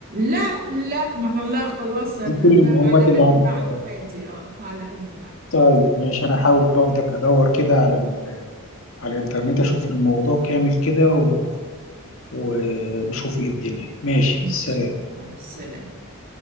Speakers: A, on the right; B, on the left.
A: لا لا ما لا خلاص انا
B: دي كل
A: ده
B: المعلومات
A: على
B: اللي
A: قد
B: عندك
A: معلوماتي
B: اه
A: اه على قد معلوماتي
B: طيب ماشي انا هحاول برضك ادور كده على ال... على الانترنت اشوف الموضوع كامل كده و... ونشوف ايه الدنيا ماشي
A: ان
B: سلام
A: شاء الله سلام